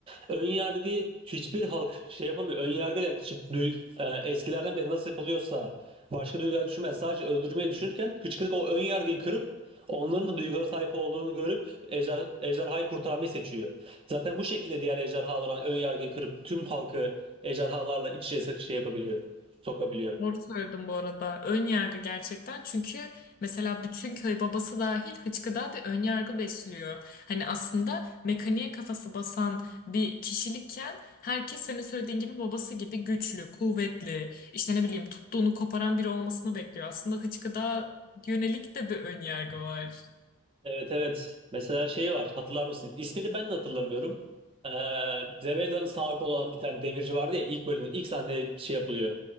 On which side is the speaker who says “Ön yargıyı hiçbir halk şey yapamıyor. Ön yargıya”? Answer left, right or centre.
Right